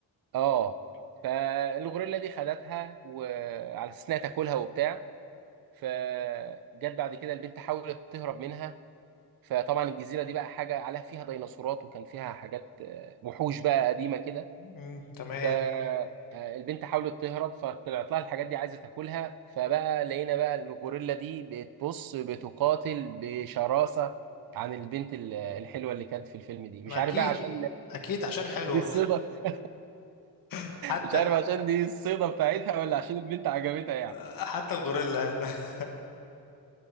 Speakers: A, on the right; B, on the left.
A: اه فالغوريلا دي خدتها وعلى اساس انها تاكلها وبتاع فجت بعد كده البنت حاولت تهرب منها فطبعا الجزيره دي بقى حاجه عليها فيها ديناصورات وكان فيها حاجات آه، وحوش بقى قديمه كده
B: مم، تمام
A: فالبنت حاولت تهرب فطلعت لها الحاجات دي عايزه تاكلها فبقى لقينا بقى الغوريلا دي بتبص بتقاتل بشراسه عن البنت ال- الحلوه اللي كانت في الفيلم دي مش
B: ما
A: عارف
B: اكيد
A: بقى عشان
B: اكيد عشان حلوة
A: دي الصيده <laughs>
B: <laughs> حتى
A: مش عارف عشان دي الصيده بتاعتها ولا عشان البنت عجبتها يعني
B: آه، حتى الغوريلا <laughs>